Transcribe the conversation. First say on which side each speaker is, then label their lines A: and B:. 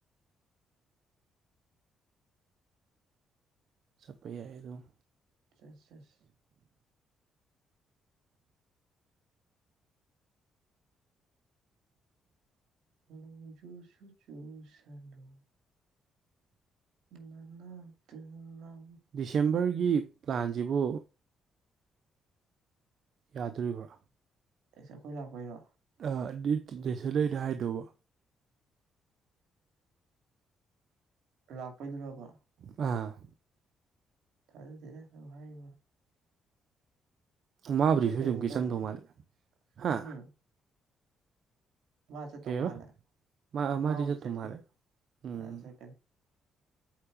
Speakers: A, on the right; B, on the right.
A: ꯆꯠꯄ ꯌꯥꯏ ꯑꯗꯨꯝ
B: ꯆꯠꯁꯦꯁ ꯅꫭꯡꯖꯨꯁꯨ ꯆꯨꯁꯅꯨ ꯅꯅꯥꯛꯇ ꯂꯥꯛꯂ
A: ꯗꯤꯁꯦꯝꯕꯔꯒꯤ ꯄ꯭ꯂꯥꯟꯁꯤꯕꯨ ꯌꯥꯗꯣꯔꯤꯕ꯭ꯔꯥ
B: ꯁ ꯑꯩꯈꯣꯏ ꯂꯥꯛꯄꯩꯔꯣ
A: ꯑꯗꯨ ꯅꯦꯁꯜꯂꯅ ꯍꯥꯏꯗꯧꯕ
B: ꯂꯥꯛꯄꯣꯏꯗꯨꯔꯔꯕ
A: ꯑ
B: ꯊꯔꯗꯗ ꯍꯥꯏ
A: ꯃꯥꯕꯨꯁꯨ
B: ꯑꯗꯣ ꯀꯩꯅꯣ
A: ꯑꯗꯨꯝ ꯀ
B: ꯇꯧꯕ
A: ꯆꯪꯗꯧ
B: ꯑꯣꯏꯗꯤ
A: ꯃꯥꯜꯂꯦ ꯍꯥ
B: ꯎꯝ ꯃꯥ ꯆꯠꯇꯧ
A: ꯀꯩꯕ
B: ꯃꯥꯜꯂꯦ
A: ꯃꯥ
B: ꯑꯣ
A: ꯃꯥꯗꯤ
B: ꯃꯥꯕꯨꯗꯤ
A: ꯆꯠꯇꯧ
B: ꯆꯠꯀꯅꯤ
A: ꯃꯥꯜꯂꯦ ꯎꯝ
B: ꯑꯥ ꯆꯠꯀꯅꯤ